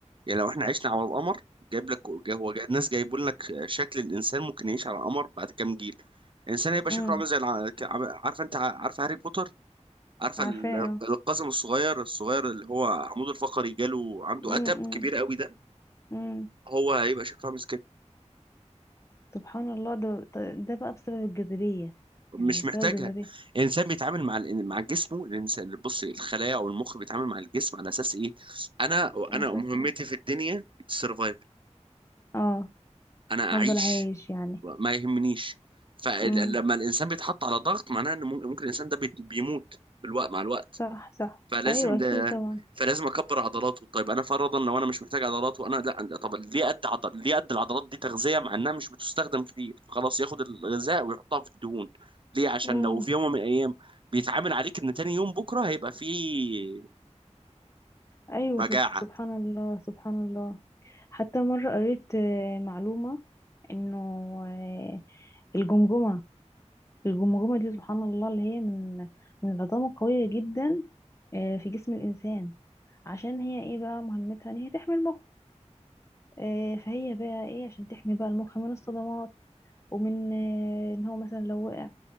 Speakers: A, on the right (about 45°); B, on the left (about 25°).
A: يعني لو احنا عشنا على القمر جايب لك جا- هو جا- الناس جايبوا لك شكل الانسان ممكن يعيش على القمر بعد كام جيل الانسان هيبقى شكله
B: امم
A: عامل زي الع... ك- عم- عارفه انت ع- عارفه هاري بوتر عارفه
B: عارفاه
A: ال-
B: اه
A: القزم الصغير الصغير اللي هو عمود الفقري جاله عنده
B: امم
A: قتب كبير قوي ده
B: امم
A: هو هيبقى شكله عامل
B: سبحان الله ده ده بقى بسبب الجاذبية
A: مش
B: يعني بسبب
A: محتاجها
B: الجاذبية
A: الانسان بيتعامل مع ال- مع جسمه الانسان بص الخلايا او المخ بيتعامل مع الجسم على اساس ايه انا
B: أساسي
A: انا مهمتي في الدنيا السرفايفل
B: اه
A: انا
B: هفضل
A: اعيش
B: عايش يعني
A: ما يهمنيش فلما
B: امم
A: الانسان بيتحط على ضغط معناه ان ممكن ممكن الانسان ده بيت- بيموت في الوقت مع الوقت
B: صح صح
A: فلازم
B: أيوة أكيد
A: ده
B: طبعا
A: فلازم اكبر عضلاته طيب انا فرضا لو انا مش محتاج عضلات وانا لا لا، طب ليه قد عضل ليه قد العضلات دي تغذيه مع انها مش بتستخدم كتير خلاص ياخد الغذاء ويحطها في الدهون ليه عشان
B: امم
A: لو في يوم من الايام بيتعامل عليك ان تاني يوم بكره هيبقى فيه
B: أيوة
A: مجاعه
B: سب- سبحان الله سبحان الله حتى مرة قريت آه، معلومة إنه آه، الجمجمة الجمجمة دي سبحان الله اللي هي من من العظام القوية جدا آه، في جسم الإنسان عشان هي ايه بقى مهمتها ان هي تحمي المخ آه، فهي بقى ايه عشان تحمي بقى المخ من الصدمات ومن آه، ان هو مثلا لو وقع